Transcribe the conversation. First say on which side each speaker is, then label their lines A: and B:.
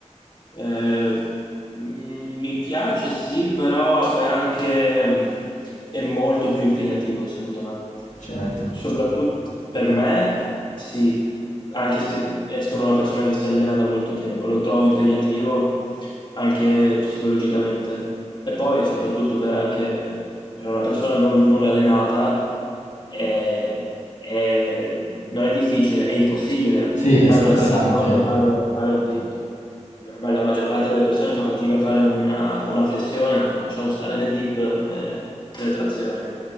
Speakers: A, on the left; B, on the left.
A: Eh, mm, mi piace, sì, però è anche mm, è molto più impegnativo, secondo me.
B: Certo.
A: Soprattutto per me, sì, anche se è sono una persona che si allena da molto tempo, lo trovo impegnativo anche psicologicamente e poi soprattutto per, anche, per una persona non, non allenata è- è- non è difficile, è impossibile
B: Sì, è
A: fare
B: stressante.
A: una trazione o fare un, fare un dip, ma la maggior parte delle persone fa fatica a fare una, una flessione, lasciamo stare le dip e le trazioni.